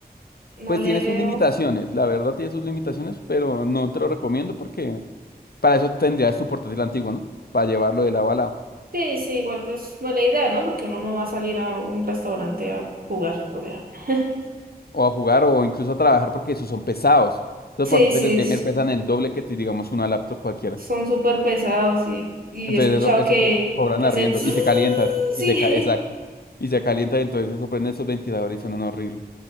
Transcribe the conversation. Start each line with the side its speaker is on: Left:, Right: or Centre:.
Right: no
Left: Pues
Right: le
Left: tiene
Right: veo.
Left: sus limitaciones, la verdad tiene sus limitaciones, pero no te lo recomiendo porque para eso tendrías tu portátil antiguo, ¿no? Para llevarlo de lado a lado.
Right: Sí, sí, igual pues no es la idea, ¿no? Porque uno no va a salir a un restaurante a jugar, o sea. <laughs>
Left: O a jugar o incluso a trabajar porque esos son pesados. Los
Right: Sí,
Left: portátiles
Right: sí,
Left: gamer
Right: es-
Left: pesan el doble que, te- digamos, una laptop cualquiera.
Right: son súper pesados y, y
Left: Entonces
Right: he escuchado
Left: eso, eso
Right: que,
Left: co- cobran
Right: que
Left: arriendo
Right: hacen... zzzz,
Left: y se calientan, y
Right: Sí,
Left: se ca- exacto. Y se calientan, entonces eso prende esos ventiladores y suenan horrible.